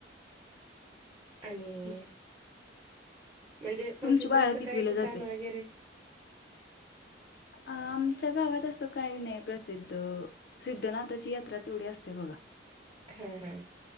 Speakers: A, on the right; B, on the left.
A: आणि,
B: मग
A: म्हणजे प्रसिद्ध
B: तुमची बाळ
A: असं
B: कितवीला
A: काय ठिकाण
B: जातात?
A: वगैरे.
B: अ आमच्या गावात अस काय नई प्रसिद्ध. सिद्धनाथाची यात्रा तेवढी असतया बघा.
A: हा हा.